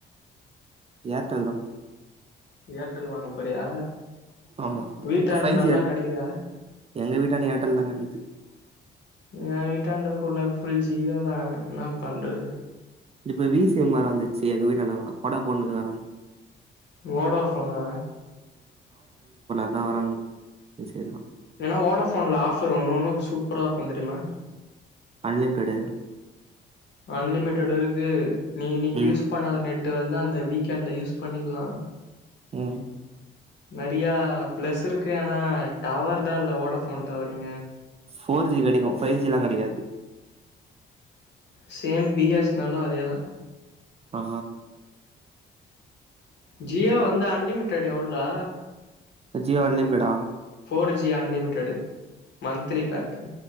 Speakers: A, on the right; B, on the left.
A: ஏர்டெல் தா
B: ஏர்ட்டல் வாங்க போறியா
A: ஆமா
B: வீட்டாண்ட
A: பைவ்
B: நல்லா
A: ஜி
B: கெடைக்குதா
A: எங்க வீட்டாண்ட ஏர்டெல் தான் கிடைக்குது
B: ஏ வீட்டாண்ட ஃபுல் அண்ட் ஃபுல் ஜீயோ தான் என்ன பண்றது
A: இப்ப விசி சிம்வேற வந்துருச்சு எங்க வீட்டாண்டெல்லாம் படா போன்னு
B: ஓடோபோனா
A: நா வரங் பேசியர்லா
B: ஏனா ஓடாஃபோன்ல ஆஃபர் ஒன்னு ஒன்னு சூப்பரா இருக்கு தெரியுமா
A: அன்லிமிட்டடு
B: அன்லிமிட்டடு இருக்கு நீ இன்னைக்கு
A: ம்
B: யூஸ் பண்ணாத நெட் ட்டு வந்து அந்த வீக்கெண்ட்ல யூஸ் பண்ணிக்கலா
A: உம்
B: நறையா ப்ளஸ் இருக்கு ஆனா டவர் தா இல்ல ஓட ஃபோன் டவாரிங்
A: ஃபோர் ஜி கடைக்கும் பைஜி எல்லா கிடைக்காது
B: சேம் பிஎஸ்னலு அதேதா
A: ஆ
B: ஜியோ வந்து அன்லிமிட்டடு எவ்ளோடா
A: ஜியோ அன்லிமிட்டடா
B: four G unlimited monthly pack